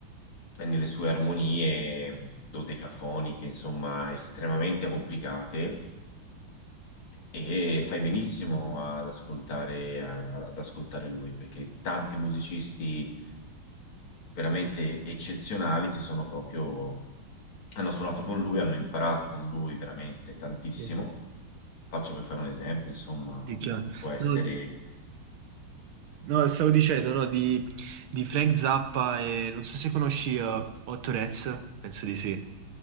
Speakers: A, on the left (about 85°); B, on the right (about 80°).
A: e nelle sue armonie dodecafoniche, insomma, estremamente complicate. E fai benissimo ad ascoltare, ad ad ascoltare lui, perché tanti musicisti veramente eccezionali si sono proprio hanno suonato con lui, hanno imparato con lui veramente tantissimo.
B: sì,
A: Faccio per fare un esempio, insomma,
B: sì, chiaro.
A: può essere
B: No, No, stavo dicendo, no, di, di Frank Zappa e non so se conosci eh, Hot Rats, penso di sì.